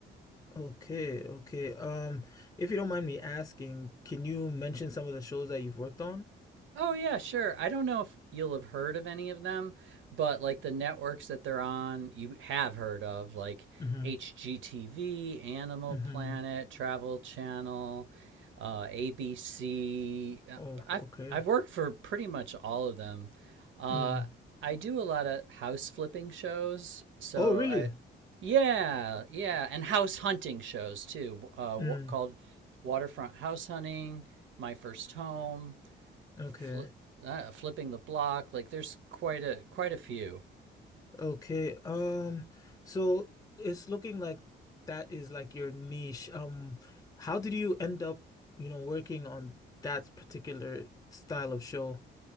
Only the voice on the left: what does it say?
okay, okay. Um, if you don't mind me asking, can you mention some of the shows that you've worked on?
Mm-hmm.
Mm-hmm.
Oh,
okay.
Mm.
Oh, really?
Mm.
Okay.
Okay. Um, so it's looking like that is like your niche. Um, how did you end up, you know, working on that particular style of show?